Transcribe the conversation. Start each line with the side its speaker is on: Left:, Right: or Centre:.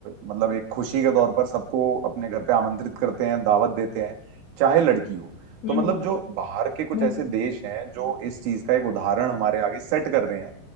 Right: मतलब एक खुशी के तौर पर सबको अपने घर पे आमंत्रित करते हैं दावत देते हैं चाहे लड़की हो
Left: हम्म
Right: तो मतलब
Left: हम्म,
Right: जो बाहर के कुछ
Left: बिल्कुल
Right: ऐसे देश हैं जो इस चीज का एक उदाहरण हमारे आगे सेट कर रहे हैं